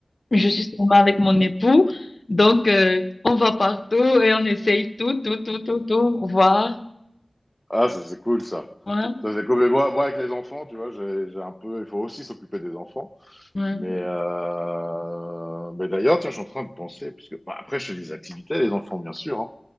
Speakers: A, on the left; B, in the centre.
A: Je suis seulement avec mon époux. Donc, euh, on va partout et on essaye tout, tout, tout, tout, tout, voir.
B: Ah, ça, c'est cool, ça.
A: Ouais,
B: Ça, c'est cool. Mais moi, moi, avec les enfants, tu vois, j'ai, j'ai un peu, il faut aussi s'occuper des enfants.
A: ouais.
B: Mais, euh, mais d'ailleurs, tiens, je suis en train de penser, parce que bah, après, je fais des activités, les enfants, bien sûr. hein.